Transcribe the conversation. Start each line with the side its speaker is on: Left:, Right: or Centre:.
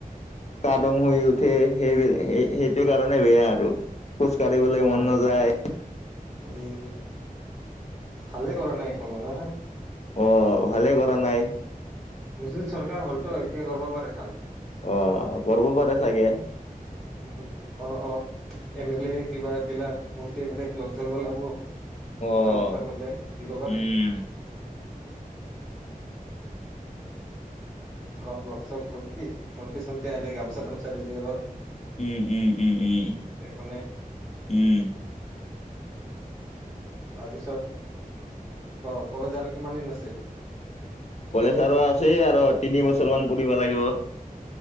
Left: কাদং হৈ উঠে সেইবিলাক স সেইটো কাৰণে বেয়া আৰু খোজ কাঢ়িবলৈ
Centre: অ
Left: মন নাযায়
Centre: উ ভালে কৰা নাই এইখনো না।
Left: অ ভালে কৰা নাই।
Centre: নতুন চৰকাৰ হ'লতো এতিয়া কৰিব পাৰে ভাল।
Left: অ কৰিব পাৰে চাগে।
Centre: উ অ অ এম এল এ কিবা গিলাক মন্ত্ৰী এম লেক লগ ধৰিব লাগিব।
Left: অ',
Centre: কথা বতৰা কৰিলে দিব পাৰে।
Left: উম,
Centre: অলপ লগ চ ধৰিবি ভন্তি চন্তি আনি গামোচা তামোচা দিবি অলপ,
Left: উম উম উম উম,
Centre: তেখনে,
Left: উম,
Centre: তাৰপিছত অ কলেজ আৰু কিমান দিন আছে
Left: কলেজ আৰু আছে আৰু তিনি বছৰ মান পঢ়িব লাগিব